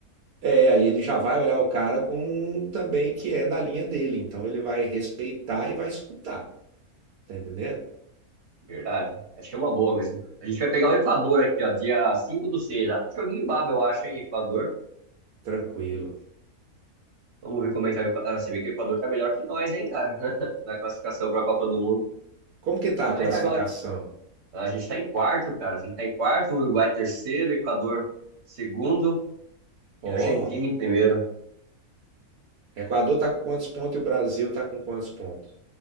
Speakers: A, on the right; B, on the right.
A: É, aí ele já vai olhar o cara como um também que é da linha dele, então ele vai respeitar e vai escutar. Tá entendendo?
B: Verdade. Acho que é uma boa mesmo. A gente vai pegar o Equador aqui, ó, dia cinco do seis Ah, um joguinho baba, eu acho, hein, Equador.
A: Tranquilo.
B: Vamos ver como é que tá o Equa- ah, Se bem que o Equador tá melhor que nós, hein, cara, <laughs> na classificação pra Copa do Mundo.
A: Como que tá
B: Mas
A: a classificação?
B: agora. A gente tá em quarto, cara. A gente tá em quarto, Uruguai terceiro, Equador segundo e
A: Ó,
B: Argentina em primeiro.
A: Equador tá com quantos pontos e o Brasil tá com quantos pontos?